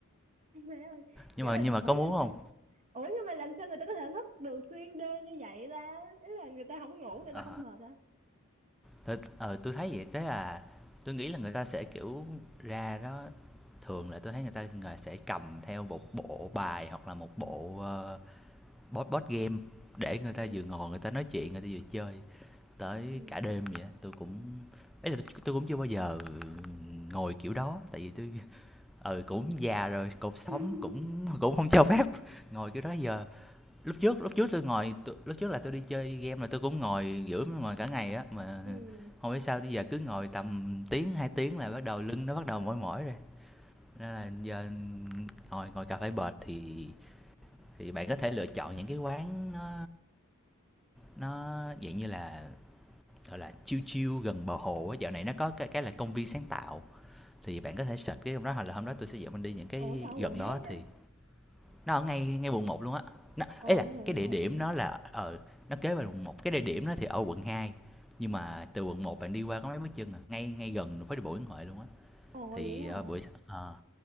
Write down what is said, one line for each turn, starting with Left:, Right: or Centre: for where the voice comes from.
Right: <laughs> Má ơi,
Centre: nhưng
Right: kiểu
Centre: mà
Right: là
Centre: nhưng mà có
Right: ủa làm
Centre: muốn không?
Right: sao ủa nhưng mà làm sao người ta có thể thức được xuyên đêm như vậy ta ý là người ta không ngủ người
Centre: Ờ,
Right: ta không mệt hả
Centre: tôi ờ, tui thấy vậy, tức là tôi nghĩ là người ta sẽ, kiểu, ra đó thường là tôi thấy người ta người sẽ cầm theo một bộ bài hoặc là một bộ, ơ, board board game để người
Right: ừ
Centre: ta vừa ngồi người ta nói chuyện, người ta vừa chơi tới
Right: ừ
Centre: cả đêm vậy á. Tui cũng ý là tui cũng chưa bao giờ ngồi kiểu đó, tại vì tôi ừ, cũng già rồi, cột sống
Right: <laughs>
Centre: cũng <laughs> cũng không cho phép <laughs> ngồi kiểu đó giờ. lúc trước lúc trước tôi ngồi t- lúc trước là tôi đi chơi game là tôi cũng ngồi giữa ngồi cả ngày á mà
Right: ừ
Centre: không biết sao bây giờ cứ ngồi tầm tiếng hai tiếng là bắt đầu lưng nó bắt đầu mỏi mỏi rồi nên là giờ ngồi ngồi cà phê bệt thì thì bạn có thể lựa chọn những cái quán nó nó dạng như là gọi là chill chill gần bờ hồ á dạo này nó có cái cái là công viên sáng tạo thì bạn có thể search cái hôm đó hoặc là hôm đó tôi sẽ dẫn mình đi những cái
Right: ủa tao ở
Centre: gần
Right: quận
Centre: đó
Right: mấy ta
Centre: thì Nó ở ngay ngay quận một luôn á.
Right: ồ
Centre: ấy là
Right: ngay quận
Centre: cái địa
Right: một
Centre: điểm
Right: luôn
Centre: nó
Right: hả
Centre: là ờ, nó kế bên quận một, cái địa điểm nó thì ở quận 2 nhưng mà
Right: ồ
Centre: từ quận một bạn đi qua có mấy bước chân à, ngay ngay gần đường phố đi bộ Nguyễn Huệ luôn á.
Right: ồ
Centre: Thì,
Right: vậy
Centre: ờ,
Right: hả
Centre: buổi ờ,